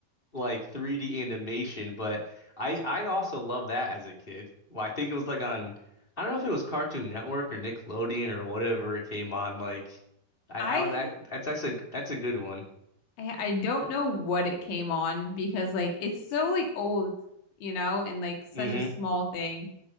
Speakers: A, on the left; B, on the left.
A: like 3D animation, but I I also love that as a kid. Well, I think it was like on I don't know if it was Cartoon Network or Nickelodeon or whatever it came on. Like I,
B: I
A: I that that's that's a that's a good one.
B: I I don't know what it came on because like it's so like old, you know, and like such
A: hmm
B: a small thing,